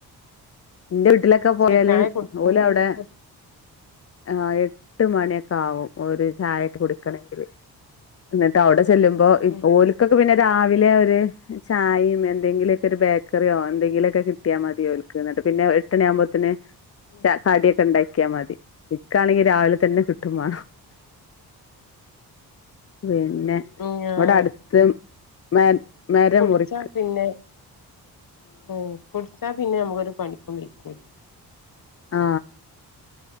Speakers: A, on the left (about 35°); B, on the left (about 55°).
A: എന്റെ വീട്ടില്ലൊക്കെ
B: പക്ഷെ
A: പോയാല്
B: ചായ കുടിച്ചങ്ങാണ്ട്
A: ഓല് അവിടെ ആ എട്ട് മണിയൊക്കെ ആവും ഒരു ചായക്കെ കുടിക്കണഗില് എന്നിട്ട് അവിടെ ചെല്ലുമ്പോ <unintelligible>
B: ഉം
A: പിന്നെ രാവിലെ ഒരു ചായയും മിന്തെങ്കില്ലൊക്കെ ഒരു ബേക്കറിയോ എന്തെങ്കിലൊക്കെ കിട്ടിയാൽ മതിയായിരിക്കും പിന്നെ എട്ടണിയ ആകുമ്പോത്തന്
B: ഉം
A: ച കാടിയൊക്കെ ഉണ്ടാ ഒക്കാ മതി ഇക്കാണെങ്കിൽ രാവിലെ തന്നെ <unintelligible> പിന്നെ
B: ഉം ഞാൻ
A: ഇവിടെ അടുത്ത് മ മരം
B: കുടിച്ചാ
A: മുറി
B: പിന്നെ ഉം കുടിച്ചാ പിന്നെ നമ്മക്കൊരു പണിക്കും വെയ്ക്കൂല
A: ആ